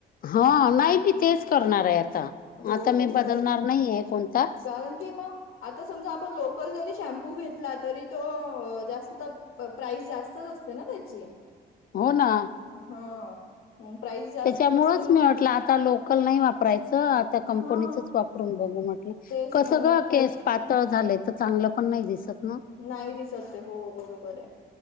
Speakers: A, on the left; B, on the left.
A: हा नाही मी तेच करणार आहे, आता
B: होय
A: आता मी बदलणार नाही आहे कोणताच
B: कारण की मग आता समजा आपण लोकल जरी शॅम्पू घेतला तरी तो जास्त प्राईज जास्तच असते ना त्याची?
A: हो ना
B: हो मग प्राईज जास्तच
A: त्याच्यामुळंच
B: असते
A: मी
B: मग
A: म्हटलं आता लोकल नाही वापरायचं आता कंपनीचच
B: हा
A: वापरुन बघू म्हटल
B: तेच
A: कसं
B: ना
A: ग
B: मग काय
A: केस पात तळ झालंय तर चांगलं पण नाही दिसत. ना,
B: नाही दिसत ते हो बरोबर हे